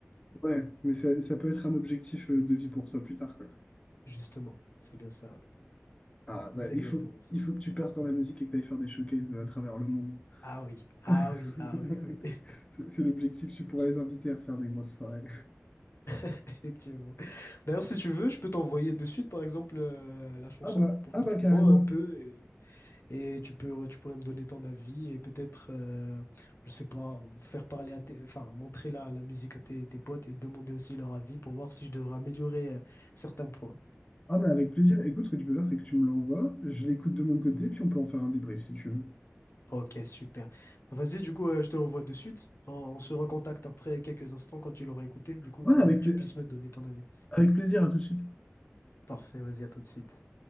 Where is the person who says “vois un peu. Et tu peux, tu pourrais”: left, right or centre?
Left